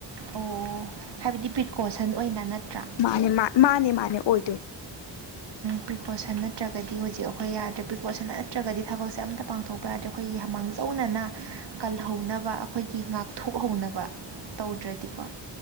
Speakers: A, on the right; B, on the left.
A: ꯑꯣ ꯍꯥꯏꯕꯗꯤ ꯄ꯭ꯔꯤꯀꯣꯁꯟ ꯑꯣꯏꯅ ꯅꯠꯇ꯭ꯔꯥ
B: ꯃꯥꯅꯦ ꯃꯥꯅꯦ ꯃꯥꯅꯦ ꯃꯥꯅꯦ ꯑꯣꯏꯗꯣꯏ
A: ꯄ꯭ꯔꯤꯀꯣꯁꯟ ꯅꯠꯇ꯭ꯔꯒꯗꯤ ꯍꯧꯖꯤꯛ ꯑꯩꯈꯣꯏ ꯄ꯭ꯔꯤꯀꯣꯁꯟ ꯅꯠꯇ꯭ꯔꯒꯗꯤ ꯊꯕꯛꯁꯦ ꯑꯝꯇ ꯄꯥꯡꯊꯣꯛꯄ ꯌꯥꯗ꯭ꯔꯦ ꯑꯩꯈꯣꯏꯒꯤ ꯃꯥꯡꯖꯧꯅꯅ ꯀꯜꯍꯧꯅꯕ ꯑꯩꯈꯣꯏꯒꯤ ꯉꯥꯛꯊꯣꯛꯍꯧꯅꯕ ꯇꯧꯗ꯭ꯔꯗꯤ ꯣ